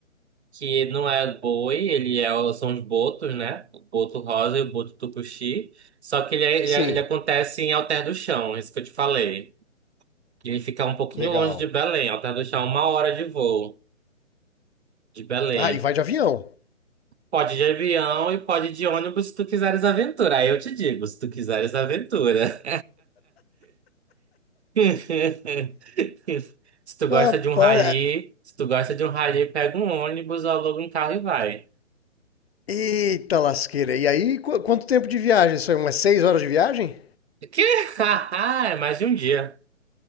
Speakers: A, on the right; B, on the left.
A: que não é boi, ele é, o- são os botos, né? O boto rosa e o boto tucuxi. Só que ele, é- ele,
B: Sim,
A: é- ele acontece em Alter do Chão, é isso que eu te falei. Que ele fica um pouquinho
B: legal.
A: longe de Belém. Alter do Chão é uma hora de voo de Belém.
B: Ah, e vai de avião.
A: Pode de avião e pode de ônibus se tu quiseres aventura. Aí eu te digo, se tu quiseres aventura. <laughs> Se tu gosta
B: Ah,
A: de um
B: para...
A: rally, se tu gosta de um rally, pega um ônibus ou aluga um carro e vai.
B: Eita lasqueira. E aí, qu- quanto tempo de viagem? Isso é umas seis horas de viagem?
A: Que? <laughs> É mais de um dia.